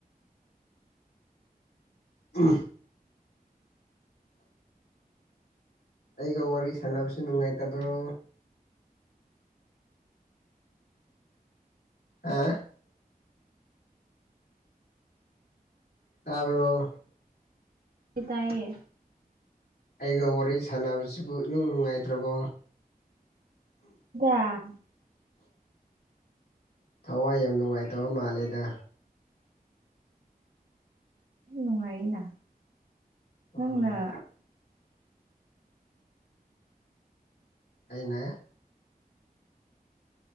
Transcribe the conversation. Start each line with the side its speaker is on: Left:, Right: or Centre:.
Left: ꯎꯝ ꯑꯩꯒ ꯋꯥꯔꯤ ꯁꯥꯟꯅꯕꯁꯨ ꯅꯨꯡꯉꯥꯏꯇꯕ꯭ꯔꯣ ꯑ ꯇꯥꯕꯔꯣ
Right: ꯄ ꯇꯥꯏꯌꯦ
Left: ꯑꯩꯒ ꯋꯥꯔꯤ ꯁꯥꯟꯅꯕꯁꯤꯕꯨ ꯏꯅꯨꯡ ꯅꯨꯡꯉꯥꯏꯇ꯭ꯔꯕꯣ
Right: ꯌꯥ
Left: ꯊꯋꯥꯏ ꯌꯥꯝ ꯅꯨꯡꯉꯥꯏꯇꯕ ꯃꯥꯜꯂꯦꯗ
Right: ꯅꯨꯡꯉꯥꯏꯅ
Left: ꯎꯝ
Right: ꯅꯪꯅ
Left: ꯑꯩꯅ